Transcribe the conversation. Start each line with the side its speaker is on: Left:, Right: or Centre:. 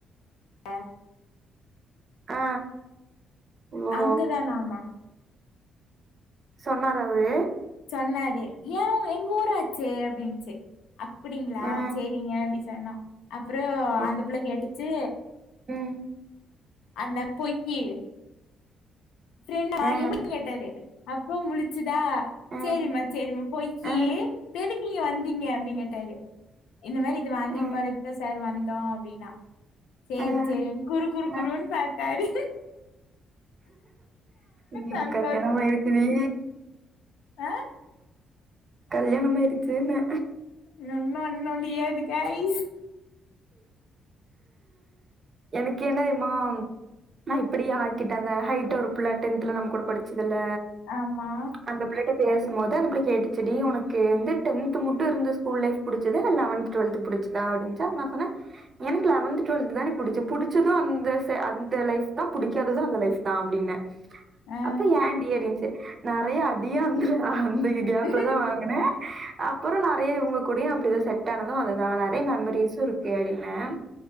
Left: அ
Right: ஆ ஓ
Left: அங்கதானாமா
Right: சொன்னாரா அவுரு
Left: சொன்னாரு ஏ எங்க ஊராச்சே அப்டின்ச்சு அப்பிடிங்ளா
Right: ஆ
Left: சே ரிங்க அப்டி சொன்னோ அப்றோ
Right: ஓ
Left: அந்த பிள்ள கேட்டுச்சு
Right: ம்
Left: அந்த பொய்யி ஃப்ரெண்டா
Right: ஆ
Left: எப்டின்னு கேட்டாரு அப்போ முழிச் சிதா
Right: ஆ
Left: சேரிமா சேரிமா பொய்யி
Right: ஆ ஆ
Left: இப்ப எதுக்கு இங்க வந்தீங்க அப்டின் கேட்டாரு இந்த மாரி இது வாங்கிட்
Right: ஆ
Left: போறக் தா சார் வந்தோ அப்டின்னா சேரி
Right: ஆ
Left: சேரின் குறு குறு
Right: ஆ
Left: குறுன் பாத்தாரு
Right: ம்
Left: சந்தோஷோ
Right: கல்யாணம் ஆயிருக்குடி
Left: ஆ
Right: கல்யாணமாயிருச்சுன்னே
Left: இன்னொன்னு ஒன்னு டியர் வித் கேரிஸ்
Right: எனக் என்ன தெரிமா மா இப்பிடியே ஆக்கிட்டாங்க ஹைட்டா ஒரு புள்ள டென்த்துல நம்ம கூட படிச்சதுல்ல
Left: ஆமா
Right: அந்த பிள்ளைட்ட பேசும்போது அந்த பிள்ள கேட்டுச்சுடி உனக்கு வந்து டென்த்து மட்டு இருந்த ஸ்கூல் லைஃப் புடிச்சதா இல்ல லெவன்த்து டொல்த்து புடிச்சதா அப்டின்ச்சா நா சொன்ன எனக்கு லெவன்த்து, டொல்த்து தான புடிச்சத் புடிச்சது அந்த ஃபே அந்த லைஃப் தா புடிக்காதது அந்த லைஃப் தா அப்டின்னே
Left: ஆ
Right: அப்ப ஏன்டி அப்டின்ச்சி நெறையா அடியு அந்த ஆ அந்த இது கேப்
Left: ம்
Right: எல்லா வாங்குனே அப்பறோ நெறைய இவங்க கூடயு அப்டிதா செட் ஆனது அதுதா நெறையா மெம்ரீஸ்சு இருக்கு அப்டின்னே